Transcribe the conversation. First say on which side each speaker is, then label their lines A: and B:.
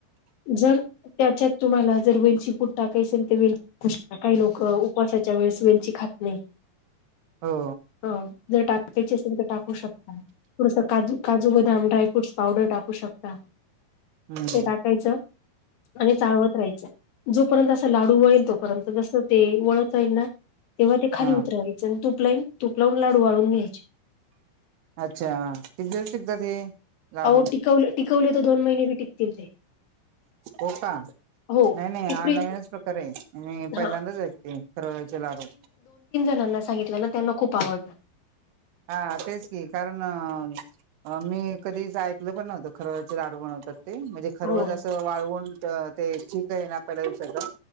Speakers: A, on the left (about 65°); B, on the right (about 80°).
A: जर त्याच्यात तुम्हाला जर वेलची पुड टाकायची ते काही लोक उपवासाच्या वेळेस वेलची खात नाही.
B: हो
A: ह जर टाकायची असेल तर टाकू शकता. थोडस काजू काजू बदाम ड्राय फ्रुट्स पावडर टाकू शकता.
B: हम्म
A: ते टाकायचं. आणि चाळवत राहायचं. जोपर्यंत असा लाडू वळेल तोपर्यंत जसं ते वळता राईल ना तेव्हा ते खाली
B: हा
A: उतरवायच. आणि तुपलाइन तुप लावून लाडू वळून घ्यायचे.
B: अच्छा किती दिवस टिकतात हे? लाडू
A: अहो टिकवले, टिकवले तर दोन महिने बी टिकतील ते.
B: कोणता
A: हो
B: नाही
A: ते
B: नाही ऑनलाईनच
A: प्री
B: प्रकार हाय. मी पहिल्यांदाच
A: हा
B: ऐकते रव्याचे लाडू.
A: ह्यांना सांगितलं ना त्यांना खूप आवडलं.
B: हा तेच की कारण अ मी कधीच ऐकल पण नव्हतं खर खरवसचे लाडू बनवतात. ते म्हणजे खरवज
A: हो हो.
B: असं वाळवून त ते चीक आहे ना पहिल्या दिवसाचा.